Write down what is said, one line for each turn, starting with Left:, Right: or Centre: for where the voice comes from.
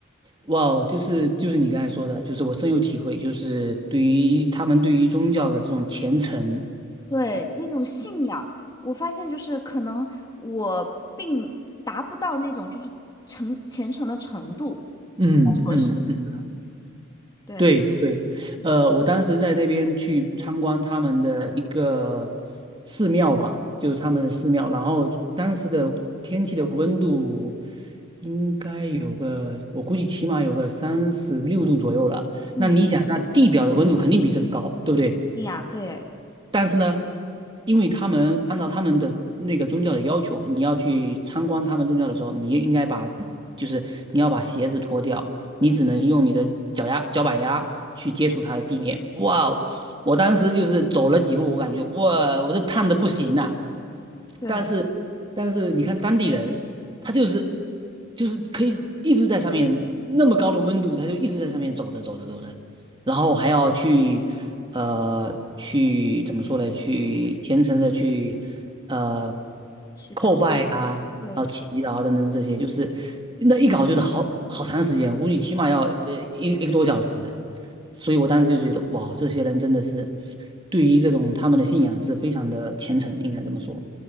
Right: 哇哦，就是就是你刚才说的，就是我深有体会，就是对于他们对于宗教的这种虔诚，
Left: 对，那种信仰，我发现就是可能我并达不到那种就是诚虔诚的程度，
Right: 嗯嗯嗯，
Left: 说是对，
Right: 对对，呃，我当时在那边去参观他们的一个寺庙吧，就是他们的寺庙，然后当时的天气的温度应该有个，我估计起码有个三十六度左右了。
Left: 嗯，
Right: 那你想，那地表的温度肯定比这个高，对不对？
Left: 信仰，对
Right: 但是呢，因为他们按照他们的那个宗教的要求，你要去参观他们宗教的时候，你应该把，就是你要把鞋子脱掉，你只能用你的脚丫、脚板丫去接触它的地面。哇哦我当时就是走了几步，我感觉哇，我这烫的不行呐、
Left: 对，
Right: 但是，但是你看当地人，他就是就是可以一直在上面那么高的温度，他就一直在上面走着走着走着，然后还要去呃去怎么说呢？去虔诚的去呃
Left: 祈祷，
Right: 叩拜啊，
Left: 对，
Right: 然后祈祷啊等等等这些，就是那一搞就是好好长时间，估计起码要呃一一个多小时。所以我当时就觉得，哇，这些人真的是对于这种他们的信仰是非常的虔诚，应该这么说。